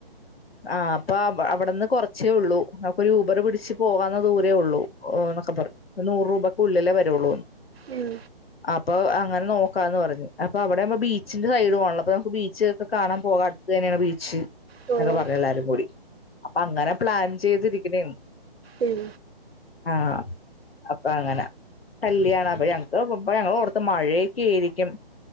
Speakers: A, on the left (about 75°); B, on the right (about 80°).
A: ആ അപ്പാം അവിടുന്ന് കുറച്ചേ ഉള്ളൂ നമുക്കൊരു ഊബർ പിടിച്ച് പോകാവുന്ന ദൂരേ ഒള്ളൂ എന്നൊക്കെ പറഞ്ഞു നൂറ് രൂപയ്ക്ക് ഉള്ളിലേ വരുള്ളൂന്ന്
B: ഉം
A: അപ് അപ്പൊ അങ്ങനെ നോക്കാന്ന് പറഞ്ഞു അപ്പോ അവിടെയുമ്പോ ബീച്ചിന്റെ സൈഡ്മാണല്ലോ നമുക്ക് ബീച്ച് ഒക്കെ കാണാൻ പോകാം അടുത്ത തന്നെയാണ് ബീച്ച്
B: പോയോ?
A: പറഞ്ഞ് എല്ലാരും കൂടി അപ്പൊ അങ്ങനെ പ്ലാൻ ചെയ്തിരിക്കണേണ്
B: ഉം
A: ആ അപ്പ അങ്ങനെ കല്യാണം അപ്പ ഞങ്ങക്ക് ഇപ്പ ഞങ്ങ ഓർത്ത് മഴയൊക്കെ ആയിരിക്കും